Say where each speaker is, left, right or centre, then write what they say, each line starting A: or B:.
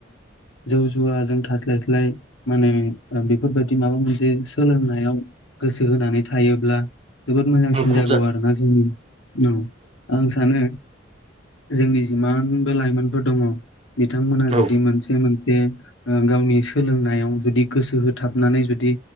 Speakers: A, on the left; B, on the right.
A: जौ जुवाजों थास्लायस्लाय माने बेफोरबायदि माबा मोनसे सोलोंनायाव गोसो होनानै थायोब्ला जोबोद मोजांसिन
B: मुखुब
A: जागौ
B: जा औ
A: आरोना जोंनि औ आं सानो जोंनि जिमानबो लाइमोनफोर दंङो बिथांमोना
B: औ
A: जुदि मोनसे मोनसे गावनि सोलोंनायाव जुदि गोसो होथाबनानै जुदि